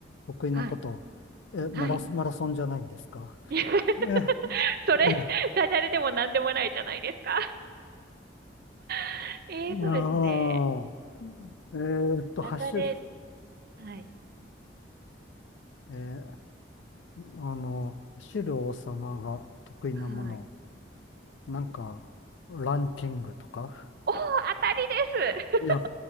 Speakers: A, on the left; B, on the right.
A: 得意なこと、
B: はい。
A: え、マラソン、
B: はい。
A: マラソンじゃないんですか
B: <laughs>
A: え、え
B: それ、ダジャレでも何でもないじゃないですか。<laughs> えーとですね。
A: いやー、えーっと、
B: ダジャレ、
A: 走る、
B: はい。
A: えーあの、走る王様が得意なもの、
B: はい。
A: なんか、ランキングとか
B: おー、当たりです
A: いや、